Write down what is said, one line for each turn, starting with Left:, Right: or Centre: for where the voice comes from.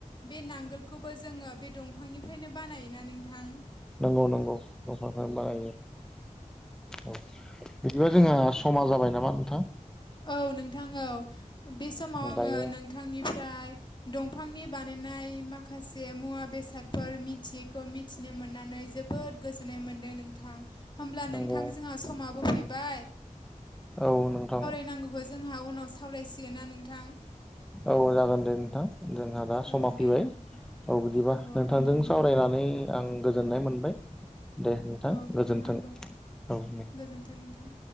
Left: बे नांगोलखौबो जोङो बे दंफांनिफ्रायनो बानायोना नोंथां
Centre: नंगौ नंगौ दंफांनिफ्राय नो बानायो औ बिदिबा जोंहा समा जाबाय नामा नोंथां
Left: औ नोंथां औ बे समाव आङो
Centre: दायो
Left: नोंथांनिफ्राय दंफांनि बानायनाय माखासे मुवा बेसादफोर मिथियैखौ मिथ मिथिनो मोननानै जोबोद गोजोननाय मोन्दों नोंथां। होमब्ला
Centre: नंगौ
Left: नोंथां जोंहा समाबो फैबाय।
Centre: औ नोंथां।
Left: नांगौखौ जोंहा उनाव सावरायसिगोना नोंथां।
Centre: औ जागोन दे नोंथां जोंहा दा
Left: ओ
Centre: समा फैबाय।
Left: दे होमबा
Centre: औ बिदिबा
Left: औ
Centre: नोंथांजों
Left: नोंथां औ
Centre: सावरायनानै आं गोजोननाय मोनबाय दे, नोंथां
Left: औ
Centre: गोजोन्थो
Left: आंबो
Centre: औ
Left: गोजोन्थों नोंथां।